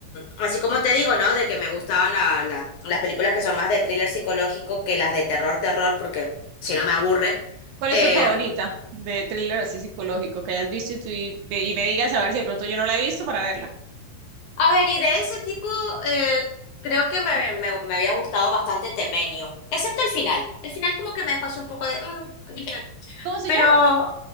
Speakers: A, on the left; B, on the right.
A: así como te digo, ¿no? De que me gustaban la- la- las películas que son más de thriller psicológico que las de terror, terror, porque si no me aburre.
B: ¿Cuál
A: Em,
B: es tu favorita de thriller así psicológico que hayas visto y, tú- y y me digas a ver si de pronto yo no la he visto para verla?
A: A ver, y de ese tipo, eh, creo que me, me- me había gustado bastante Temenio, excepto el final. El final como que me dejó así un poco de... mm, dije,
B: ¿Cómo se
A: pero
B: llama?